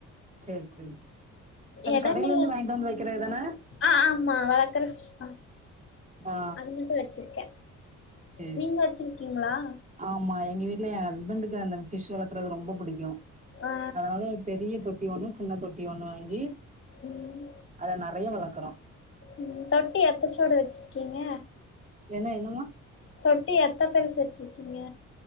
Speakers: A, on the right; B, on the left.
A: சேரி சேரி அது
B: எடமில்ல
A: கடையில இருந்து வாங்கிட்டு வந்து வக்கறதுதான
B: ஆ ஆமா வளக்கற ஃபிஷ் தா
A: ஆ
B: அது மட்டு வச்சிருக்கே
A: சேரி
B: நீங்க வச்சிருக்கீங்ளா
A: ஆமா எங்க வீட்டுல எ ஹஸ்பண்டுக்கு அந்த பிஷ் வளக்குறது ரொம்ப பிடிக்கும்
B: ஆ
A: அதனால பெரிய தொட்டி ஒண்ணு சின்ன தொட்டி ஒண்ணு வாங்கி
B: ம்
A: அத நறைய வளக்குறோ
B: ம் தொட்டி எத்தசோடு வச்சிருக்கீங்க
A: என என்ன
B: தொட்டி எத்த பெருசு வச்சிருக்கீங்க